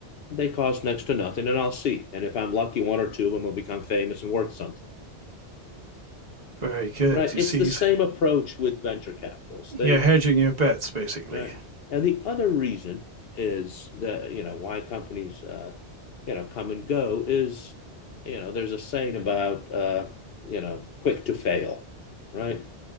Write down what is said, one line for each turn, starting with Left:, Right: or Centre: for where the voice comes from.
Left: they cost next to nothing, and I'll see. And if I'm lucky, one or two of them will become famous and worth something."
Right: Very good.
Left: Right.
Right: You
Left: It's
Right: see,
Left: the
Right: he's-
Left: same approach with venture capitalists.
Right: you're
Left: They
Right: hedging your bets, basically.
Left: right. And the other reason is that you know why companies uh, you know come and go is you know there's a saying about uh, you know quick to fail, right?